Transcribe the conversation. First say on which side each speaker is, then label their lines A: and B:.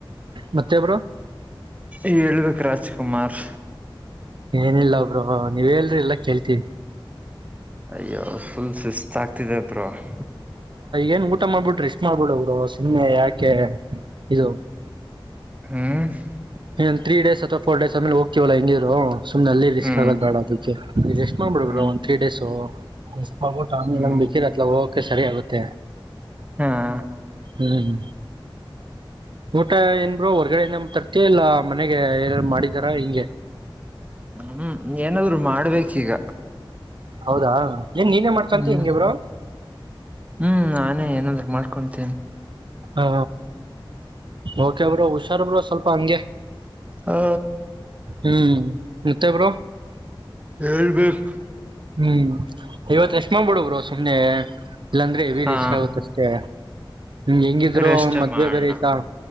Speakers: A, on the right; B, on the right.
A: ಮತ್ತೆ ಬ್ರೋ
B: ಹೇಳ್ಬೇಕು ರಾಜ್ಕುಮಾರ್
A: ಏನಿಲ್ಲಬ್ರ ನೀವ್ೇಲ್ರಿಿ ಎಲ್ಲಾ ಕೇಳ್ತೀವಿ
B: ಅಯ್ಯೋ ಫುಲ್ ಸುಿಸಸ್ತ್ ಆಗ್ತಿದೆ ತ್ರ <unintelligible>
A: ಏನ್ ಊಟ ಮಾಡ್ಬಿಟ್ರಿ ಎಷ್ಟ್ ಮಾಡ್ಬಿಡ ಅವರು ಸುಮ್ಮನೆ ಯಾಕೆ ಇದು
B: ಹ್ಮ
A: ನೀನ್ನೊ ತ್ರೀಡೇಸ್ ಅಥವಾ ೋರ್ ಡೇಸ್ ಆೇಲೆ ಹೋಗ್ತವಲ್ಲ ಹಂಗೀರು ಸುಮನೆ ಅಲ್ಲಿ ರಿಸ್ಕ್
B: ಹ್ಮ್
A: ಆಗದ ಬೇಡ ಅದಕ್ಕೆ ರ ಎಸ್ಟ್ ಮಾಡ್ಬಿಡ್ಬ
B: ಹ್ಮ್
A: ಒಂದ ತ್ರೀ ಡೇಸ್ ಹ <unintelligible> ಹೋಗ ಆಮೇಲೆಂಗ್
B: ಹ್ಮ್
A: ಬಿಕಿರತ್ ಹೋಗಕೆ ಸರಿ ಆಗುತ್ತೆ
B: ಹಾ
A: ಹ್ಮ್ ಊಟ ಏನ್ೋ ಹೊರ್ಗಡೆಯಿಂದ ತರ್ತ ಇಲ್ಲ ಮನೆಗೆ ಏನ ಮಾಡಿದಾರ ಹಿಂಗೆ
B: ಹ್ಮ್ ಏನಾದ್ರು ಮಾಡ್ಬೇಕೀಗ
A: ಹೌದಾ ಏನ್ ನೀನೇ ಮಾಡ್ಕಂತಿ
B: ಹ್ಮ್
A: ಹಿಂಗೆ ಬ್ರೋ
B: ಹ್ಮ್ ನಾನೇ ಏನಂದ್ರು ಮಾಡ್ ಕುಂತ
A: ಹಾ ಓಕೆಬರು ಹುಷಾರ್ರು ಸ್ವಲ್ಪ ಹಂಗೆ
B: ಹಾ
A: ಹ್ಮ್ ಮತ್ತೆ ಬ್ರೋ
B: ಹೇಳ್ಬೇಕು
A: ಹ್ಮ್ ಇವತ್ ರೆಸ್ಟ್ ಮಾಡ್ಬಿಡು ೇ <unintelligible> ಇಲ್ಲಾಂದ್ರೆ ಹೆವಿ
B: ಹಾ
A: ರಿಸ್ಕ್ ಆಗುತ್ತ ಅಷ್ಟೇ ಹೆಂಗಿದ್ರು
B: ರೆಸ್ಟ್
A: ಮದ್ವೆ
B: ಮಾಡೋಣ
A: ಬೇರೆ ಐ್ತಾ